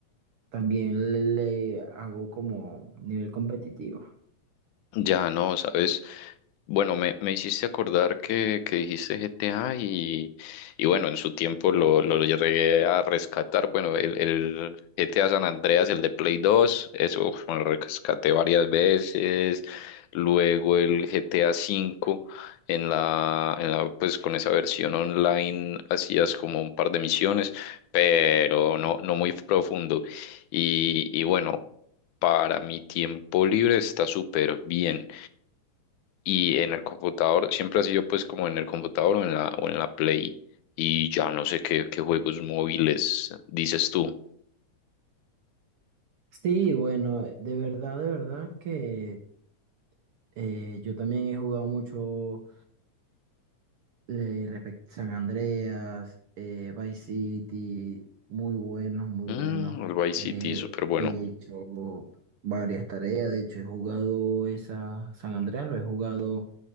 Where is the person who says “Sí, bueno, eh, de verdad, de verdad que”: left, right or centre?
Right